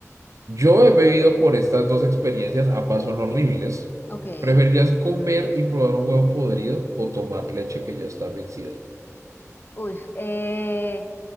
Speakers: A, on the right (about 70°); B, on the left (about 40°).
A: yo he bebido por estas dos experiencias, ambas son horribles.
B: Ok.
A: ¿Preferirías comer y probar un huevo podrido o tomar leche que ya está vencida?
B: Uy, eh,